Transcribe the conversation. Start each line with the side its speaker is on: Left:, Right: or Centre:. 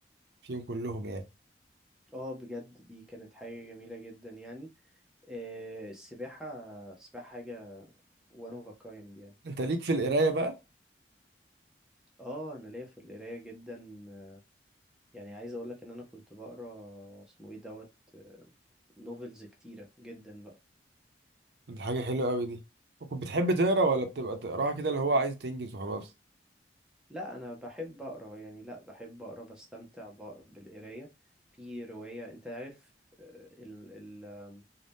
Right: فيهم كلهم يعني
Centre: اه بجد دي كانت حاجة جميلة جدا يعني آه، السباحة السباحة حاجة وان اوف كايند يعني
Right: أنت ليك في القراية بقى
Centre: اه انا ليا في القرايه جدا آه، يعني عايز اقول لك ان انا كنت بقرا اسمه ايه دوت آه، نوفلز كتيره جدا بقى
Right: دي حاجة حلوة أوي دي وكنت بتحب تقرا ولا بتبقى تقراها كده اللي هو عايز تنجز وخلاص
Centre: لا انا بحب اقرا يعني لا بحب اقرا بستمتع بق- بالقرايه في روايه انت عارف آه، ال ال آم،